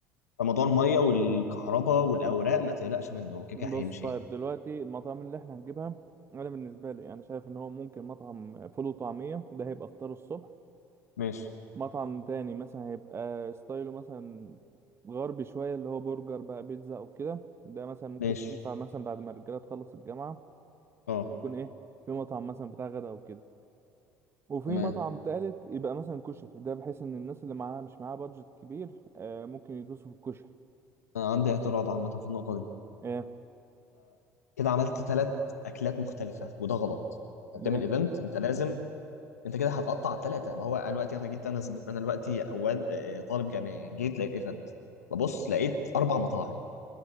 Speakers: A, on the left; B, on the right.
A: فموضوع الميه والكهرباء والاوراق ما تقلقش منه هو كده
B: بص
A: كده هيمشي
B: طيب
A: يعني.
B: دلوقتي المطاعم اللي احنا هنجيبها انا بالنسبة لي انا شايف ان هو ممكن مطعم فول وطعمية ده هيبقى فطار الصبح
A: ماشي
B: مطعم تاني مثلا هيبقى ستايله مثلا غربي شوية اللي هو برجر بقى بيتزا أو كده ده مثلا ممكن
A: ماشي
B: ينفع مثلا بعد ما الرجالة تخلص الجامعة
A: اه
B: يكون إيه في مطعم مثلا بتاع غدا أو كده وفي
A: تمام
B: مطعم تالت يبقى مثلا كشري ده بحيث إن الناس اللي معاها مش معاها بادجت كبير آه ممكن يدوسوا في الكشري
A: انا عندي
B: عايزين
A: اعتراض عامه في النقطه دي
B: إيه
A: كده عملت ثلاث اكلات مختلفه وده غلط
B: ليه
A: انت بتعمل ايفنت انت لازم انت كده هتقطع على الثلاثه ما هو انا دلوقتي انا جيت انا زب... انا دلوقتي واد... آه، طالب جامعي جيت لقيت ايفنت ببص لقيت اربع مطاعم